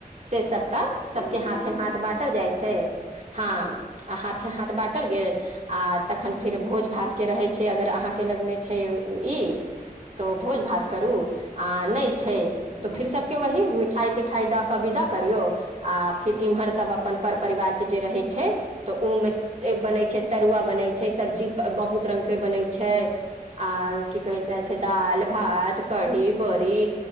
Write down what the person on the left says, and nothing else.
हूँ हूँ
हूँ
सारा
चीज
हँ